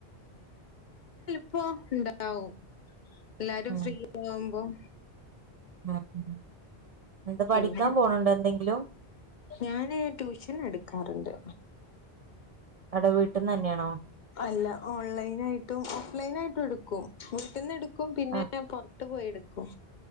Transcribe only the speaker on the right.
ഉം
<unintelligible> എന്താ
പഠിക്കാൻ പോണുണ്ടോ എന്തെങ്കിലും
അവിടെ വീട്ടിന്ന് തന്നെയാണോ?
ആഹ്